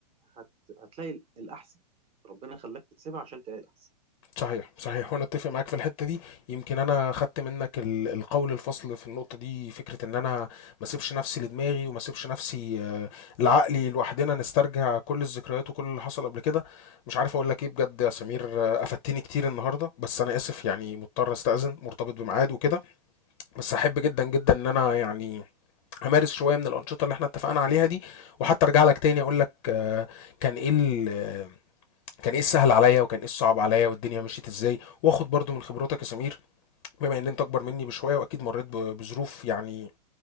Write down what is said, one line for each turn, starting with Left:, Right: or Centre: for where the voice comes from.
Right: هت... هتلاقي ال- الاحسن ربنا خلاك تسيبها عشان تلاقي الاحسن
Left: صحيح صحيح وانا اتفق معاك في الحته دي يمكن انا خدت منك ال- القول الفصل في النقطه دي فكره ان انا ما اسيبش نفسي لدماغي وما اسيبش نفسي آه، لعقلي لوحدنا نسترجع كل الذكريات وكل اللي حصل قبل كده مش عارف اقول لك ايه بجد يا سمير آه، افدتني كتير النهارده بس انا اسف يعني مضطر استاذن مرتبط بميعاد وكده بس احب جدا جدا ان انا يعني همارس شويه من الانشطه اللي احنا اتفقنا عليها دي وحتى ارجع لك تاني اقول لك آه، كان ايه ال- كان ايه السهل عليا وكان ايه الصعب عليا والدنيا مشيت ازاي واخد برضو من خبراتك يا سمير بما ان انت اكبر مني بشويه واكيد مريت ب- بظروف يعني